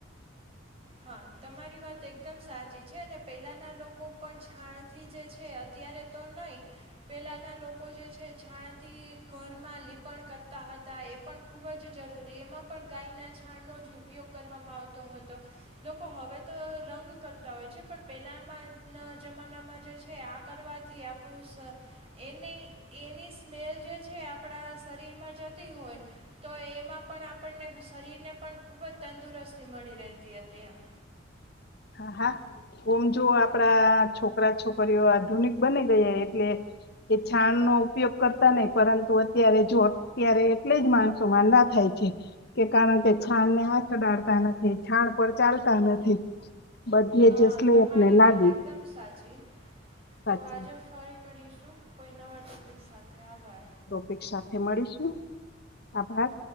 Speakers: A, on the right (about 30°); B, on the left (about 55°).
A: હા, તમારી વાત એકદમ સાચી છે. અને પહેલાના લોકો પણ છાણથી જે છે. અત્યારે તો નહીં. પહેલાના લોકો જે છે છાણથી ઘરમાં લીપણ કરતા હતા, એ પણ. ખૂબ જ જરૂરી એમાં પણ ગાયના છાણનો જ ઉપયોગ કરવામાં આવતો હતો. લોકો હવે તો રંગ કરતા હોય છે, પણ પહેલામાં ન જમાનામાં આ કરવાથી. આપણું સ એને એની સ્મેલ જે છે, એ આપણા શરીરમાં જતી હોય. તો એમાં પણ આપણે ને શરીર ને પણ ખૂબ જ તંદુરસ્તી મળી રહેતી હતી એમ.
B: હા હા, ઓમ જો આપણા છોકરા-છોકરીઓ આધુનિક બની ગયા એટલે. એ છાણનો ઉપયોગ કરતા નહિ પરંતુ અત્યારે જો અત્યારે એટલે જ મા તો માદા થાય છે. કે કારણ કે છાણને હાથ અડાડતા નથી છાણ પર ચાલતા નથી. બધે
A: હા,
B: જ સ્લેપને
A: તમારી
B: લાદી
A: વાત એકદમ સાચી.
B: સાચી
A: તો આજે ફરી મળીશું કોઈ નવા ટોપિક સાથે. આભાર!
B: કઈક સાથે મળીશું. આભાર!